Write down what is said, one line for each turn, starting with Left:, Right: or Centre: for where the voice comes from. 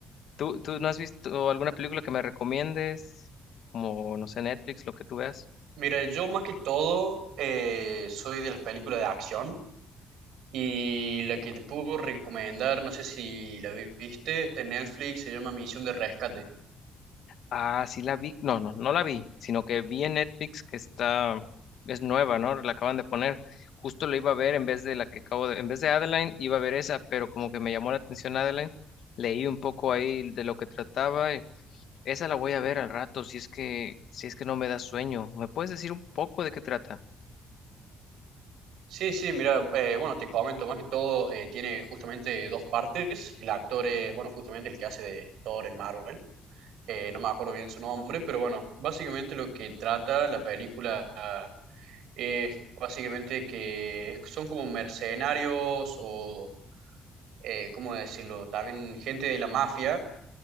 Left: ¿Tú, tú no has visto alguna película que me recomiendes? Como, no sé, Netflix, lo que tú veas.
Right: Mira, yo más que todo eh, soy de las películas de acción y la que te puedo recomendar, no sé si la vi- viste, está en Netflix, se llama Misión de Rescate.
Left: Ah, sí la vi. No, no, no la vi, sino que vi en Netflix que está, es nueva, ¿no? La acaban de poner. Justo la iba a ver en vez de la que acabo de, en vez de Adeline, iba a ver esa, pero como que me llamó la atención Adeline. Leí un poco ahí de lo que trataba. y esa la voy a ver al rato, si es que, si es que no me da sueño. ¿Me puedes decir un poco de qué trata?
Right: Sí, sí, mira, eh, bueno, te comento, más que todo eh, tiene justamente dos partes. El actor es, bueno, justamente el que hace de Thor en Marvel. Eh, no me acuerdo bien su nombre, pero bueno, básicamente lo que trata la película ah, es básicamente que es- son como mercenarios o eh, ¿cómo decirlo? También gente de la mafia,